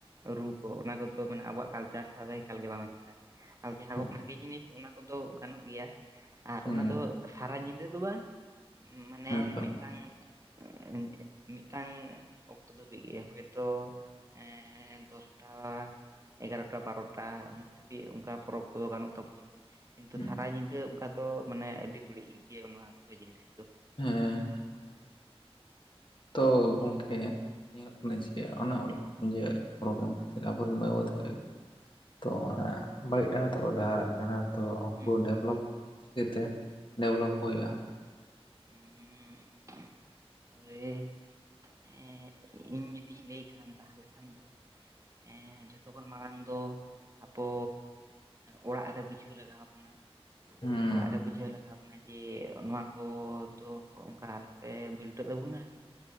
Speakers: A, on the right (about 30°); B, on the left (about 50°).
A: ᱨᱩ ᱠᱚ ᱚᱱᱟ ᱠᱚ ᱫᱚ ᱢᱟᱱᱮ ᱟᱵᱚᱣᱟᱜ ᱠᱟᱞᱪᱟᱨ ᱥᱟᱣ ᱫᱚ ᱮᱠᱟᱞ ᱜᱮ ᱵᱟᱝ ᱢᱮᱥᱟᱜᱼᱟ᱾ ᱟᱨ ᱡᱟᱦᱟᱸ
B: ᱦᱮᱸ
A: ᱠᱚ ᱵᱷᱟᱜᱤ ᱡᱤᱱᱤᱥ ᱚᱱᱟ ᱠᱚ ᱫᱚ ᱜᱟᱱᱚᱜ ᱜᱮᱭᱟ᱾ ᱟᱨ
B: ᱦᱮᱸ
A: ᱚᱱᱟ ᱫᱚ ᱥᱟᱨᱟ ᱧᱤᱫᱟᱹ ᱫᱚ ᱵᱟᱝ ᱢᱟᱱᱮ
B: ᱦᱮᱸ ᱛᱚ
A: ᱢᱤᱫᱴᱟᱝ᱾ ᱚ ᱢᱤᱫᱴᱟᱝ ᱚᱠᱛᱚ ᱫᱚ ᱦᱩᱭᱩᱜ ᱜᱮᱭᱟ ᱦᱳᱭᱛᱳ ᱮᱸ ᱫᱚᱥ ᱴᱟ᱾ ᱮᱜᱟᱨᱚᱴᱟ ᱵᱟᱨᱳᱴᱟ ᱩᱱᱟᱹᱜ ᱫᱷᱟᱹᱵᱤᱡ ᱚᱱᱠᱟ ᱯᱚᱨᱚᱵᱽ ᱠᱚ ᱫᱚ ᱜᱟᱱᱚᱜ ᱛᱟᱵᱚ ᱱᱟ ᱠᱤᱱᱛᱩ
B: ᱦᱮᱸ
A: ᱥᱟᱨᱟ ᱧᱤᱫᱟᱹ ᱟᱫᱚ ᱢᱟᱱᱮ ᱟᱹᱰᱤ ᱵᱟᱹᱲᱤᱡ ᱜᱮ ᱚᱱᱟ ᱠᱚ ᱡᱤᱱᱤᱥ ᱫᱚ
B: ᱦᱮᱸ ᱦᱮᱸ ᱛᱚ ᱜᱚᱝᱠᱮ᱾ ᱧᱮᱞᱚᱜ ᱠᱟᱱᱟ ᱡᱮ ᱚᱱᱟ ᱚᱞᱚᱜ ᱡᱮ ᱯᱨᱳᱜᱨᱟᱢ ᱠᱷᱟᱹᱛᱤᱨ ᱟᱵᱚᱨᱮᱱ ᱢᱟᱹᱭ ᱵᱟᱵᱩ ᱛᱟᱠᱚ᱾ ᱛᱚ ᱚᱱᱟ ᱵᱟᱹᱲᱤᱡ ᱰᱟᱦᱟᱨ ᱛᱮ ᱠᱚ ᱰᱟᱦᱟᱨᱟᱜ ᱠᱟᱱᱟ᱾ ᱛᱚ ᱩᱱᱠᱩ
A: ᱦᱩᱸ
B: ᱰᱮᱵᱷᱞᱚᱯ ᱪᱤᱠᱟᱹᱛᱮ ᱰᱮᱵᱷᱞᱚᱯ ᱠᱚ ᱦᱩᱭᱩᱜ-ᱟ᱾
A: ᱩᱸ <unintelligible> <unintelligible> ᱤᱧ ᱡᱩᱫᱤᱧ ᱞᱟᱹᱭ ᱠᱷᱟᱱ ᱛᱟᱦᱞᱮ ᱠᱷᱟᱱ ᱫᱚ᱾ ᱮᱸ ᱡᱷᱚᱛᱚ ᱠᱷᱚᱱ ᱢᱟᱲᱟᱝ ᱫᱚ ᱟᱵᱚ᱾ ᱚᱲᱟᱜ ᱨᱮ ᱵᱩᱡᱷᱟᱹᱣ ᱞᱟᱜᱟᱣ ᱟᱵᱚᱱᱟ
B: ᱦᱮᱸ
A: ᱚᱲᱟᱜ ᱨᱮ ᱵᱩᱡᱷᱟᱹᱣ ᱞᱟᱜᱟᱣ ᱡᱮ ᱱᱚᱣᱟ ᱠᱚ ᱫᱚ ᱚᱱᱠᱟ ᱟᱞᱚ ᱯᱮ ᱵᱟᱹᱞᱴᱟᱹᱜ ᱛᱟᱵᱚᱱᱟ᱾